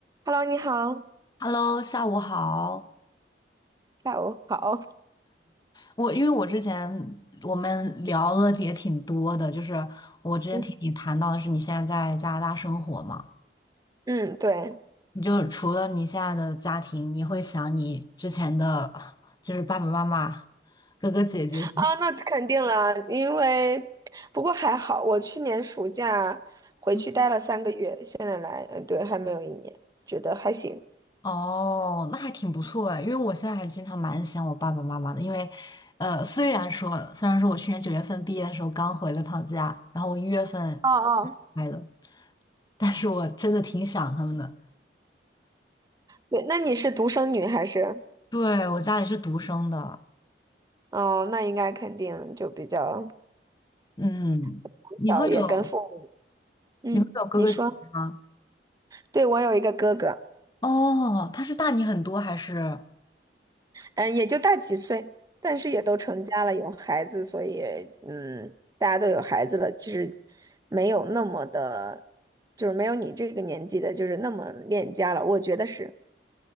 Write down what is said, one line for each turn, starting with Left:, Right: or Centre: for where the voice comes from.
Right: Hello，你好，
Left: Hello，下午好。
Right: 下午好。
Left: 我因为我之前我们聊了也挺多的，就是我之前听你谈到的是你现在在加拿大生活嘛，
Right: 嗯，嗯对
Left: 你就除了你现在的家庭，你会想你之前的，就是爸爸妈妈、哥哥姐姐。
Right: 啊，那肯定了，因为不过还好，我去年暑假回去待了三个月，
Left: <laughs>
Right: 现在来，嗯，对，还没有一年，觉得还行。
Left: 哦，那还挺不错哎，因为我现在还经常蛮想我爸爸妈妈的，因为，呃，虽然说，虽然说我去年九月份毕业的时候刚回了趟家，然后我一月份
Right: 哦哦，
Left: 来的，但是我真的挺想他们的。
Right: 对，那你是独生女还是？
Left: 对，我家里是独生的，
Right: 哦，那应该肯定就比较
Left: 嗯，
Right: 从小也跟父母。
Left: 你会有
Right: 嗯，
Left: 你会有哥哥姐姐吗？
Right: 你说，对，我有一个哥哥。
Left: 哦，他是大你很多还是？
Right: 嗯，也就大几岁，但是也都成家了，有孩子，所以嗯，大家都有孩子了，就是没有那么的，就是没有你这个年纪的，就是那么恋家了。我觉得是，